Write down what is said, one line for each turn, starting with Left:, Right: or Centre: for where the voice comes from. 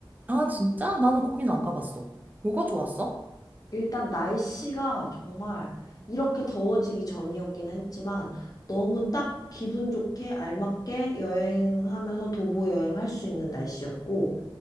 Right: 아, 진짜? 나는 거긴 안 가봤어. 뭐가 좋았어?
Left: 일단 날씨가 정말 이렇게 더워지기 전이었기는 했지만 너무 딱 기분 좋게 알맞게 여행하면서 도보 여행할 수 있는 날씨였고